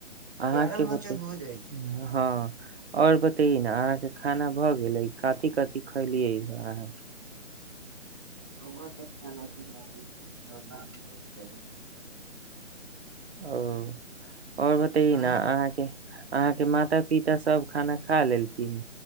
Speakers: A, on the right; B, on the right.
A: अहाँके
B: बारह मच्छर
A: बते
B: हो जाइ छै
A: हँ आओर बतना खाना भऽ गेलै कथी कथी खैलियै अहाँके।
B: हम त ख पी लाग हो छै।
A: ओ आओर बतै
B: अहाँ
A: ने अहाँके अहाँके माता पिता सब, खाना खा लेल ती।